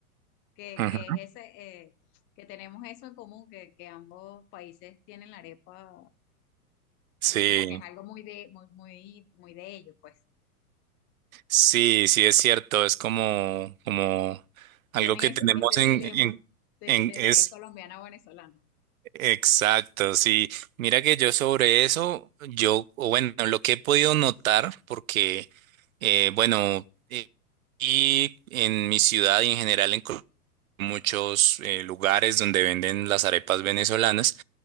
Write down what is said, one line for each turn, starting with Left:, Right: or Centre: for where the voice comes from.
Left: que,
Right: ujú,
Left: que es ese, eh, que tenemos eso en común, que, que ambos países tienen la arepa,
Right: sí.
Left: así como que es algo muy de, muy, muy, muy de ellos, pues.
Right: Sí, sí es cierto, es como, como algo
Left: tienen
Right: que
Left: ese,
Right: tenemos
Left: ese
Right: en,
Left: dilema
Right: en,
Left: de,
Right: en-
Left: de
Right: es
Left: si es colombiana o venezolana.
Right: exacto, sí. Mira que yo sobre eso, yo, o bueno, lo que he podido notar, porque, eh, bueno, eh, y en mi ciudad y en general en Col- muchos eh, lugares donde venden las arepas venezolanas,